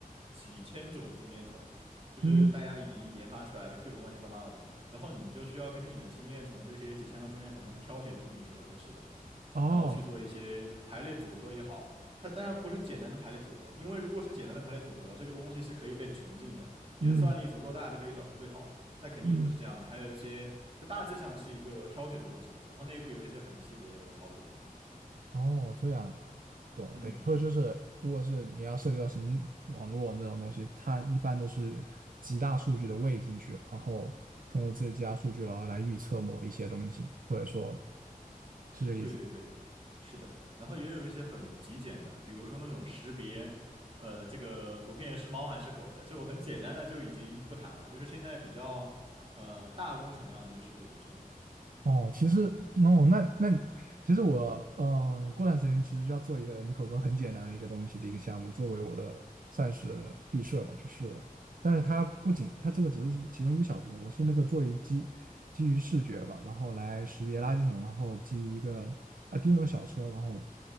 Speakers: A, on the right; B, on the right.
A: 几千种中间层，就是大家已经研发出来了各种乱七八糟的，
B: 嗯，
A: 然后你就需要根据你的经验，从这些几千个中间层中挑选出你觉得合适的。
B: 哦，
A: 然后去做一些排列组合也好，它当然不是简单的排列组合，因为如果是简单的排列组合，这个东西是可以被穷尽的，你的算力足够大就可以找出最好的，
B: 嗯
A: 但肯定不是这样的，
B: 嗯，
A: 还有一些就大致上是一个挑选的过程，然后内部有一些很细节的操作，
B: 哦，这样子，懂了。
A: 嗯，
B: 等于说就是，如果是你要涉及到神经网络这种东西，它一般都是极大数据的喂进去，然后通过这些极大数据，然后来预测某一些东西，或者说。是这意思。
A: 对对对，是的，然后也有一些很极简的，比如说那种识别。呃，这个图片是猫还是狗的，这种很简单的就已经不谈了，就是现在比较呃大工程量的，就是我们这种的。
B: 哦，其实哦，那那其实我嗯，呃过段时间其实就要做一个你口中很简单的一个东西的一个项目，作为我的算是毕设吧，就是，但是它不仅它这个只是其中一个小部分，我是那个做一基基于视觉吧，然后来识别垃圾桶，然后基于一个啊叮咚小车，然后